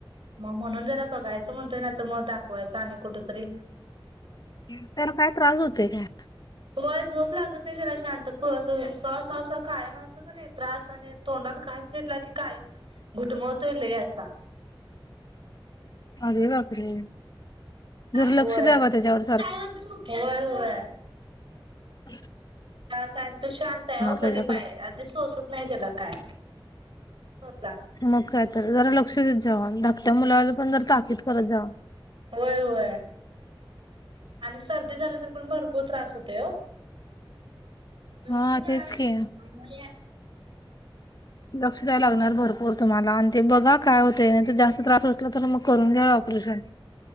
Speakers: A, on the right; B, on the left.
A: मग म्हणून जरा बघायचं म्हणतोय ना तर मग दाखवायचं आणि कुठतरी
B: त्याला काय त्रास होतय काय.
A: व झोप लागत नाही जरा शांत होव सव काय माणसं प नाही त्रास आणि तोंडात कास घेतला की कायम घुटमतलेय लई असा.
B: आरे बापरे. जरा
A: होय,
B: लक्ष द्यावा त्याच्यावर
A: होय, होय.
B: अच् <inaudible>
A: तास आणि तो शांत आहे. हो गरीब
B: त्याच्याकडे
A: आहे. आधी सोसत नाही त्याला काय थोरला.
B: मग का तर जरा लक्ष देत जावा. मुलाला पण जर ताकीद करत जावा
A: वय वय आणि सर्दी झाली तर पण भरपूर त्रास होतोय ओ. त
B: हा
A: का
B: तेच की
A: मु <inaudible>
B: लक्ष द्याय लागणार भरपूर तुम्हाला आणि ते बघा काय होत ते. जास्त त्रास असला तर मग करून घ्या ऑपरेशन